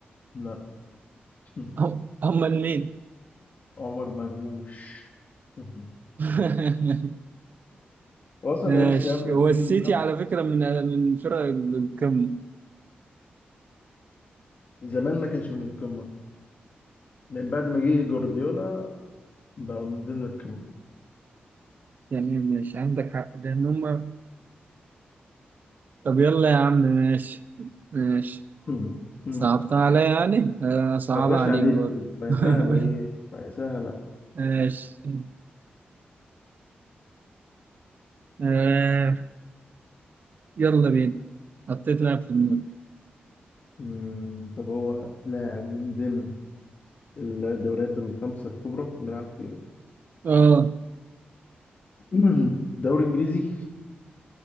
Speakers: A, on the left; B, on the right.
A: لا <laughs>
B: أم- امال مين؟
A: عمر مرموش <laughs>
B: <laughs>
A: وأصلا
B: ماشي
A: يا وسام من
B: هو السيتي
A: ضمن الخمسة
B: على فكره من من فرق القمه
A: زمان ما كانش من القمة من بعد ما جه جوارديولا بقى من ضمن الكم
B: يعني مش عندك حق لان هم طب يلا يا عم ماشي ماشي
A: مم. مم.
B: صعبتها عليا يعني آه، صعب
A: 19
B: عليك
A: عليه
B: برضه
A: ما
B: <laughs>
A: هي سهلة إيه ما هي سهلة
B: ماشي آه يلا بينا حطيت لاعب في دماغي
A: مم، طب هو لاعب من ضمن الدوريات الخمس الكبرى بيلعب فين
B: اه
A: <clears throat> دوري إنجليزي